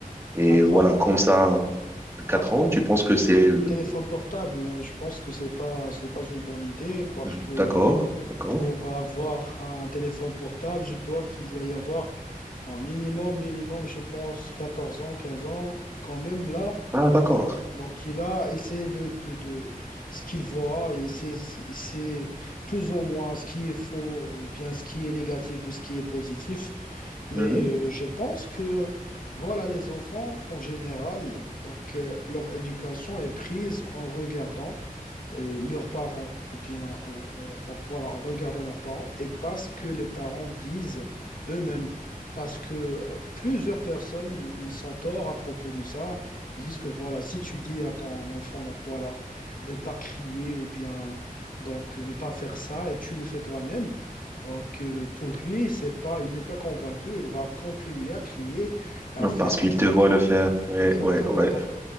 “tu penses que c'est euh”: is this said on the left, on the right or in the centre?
Right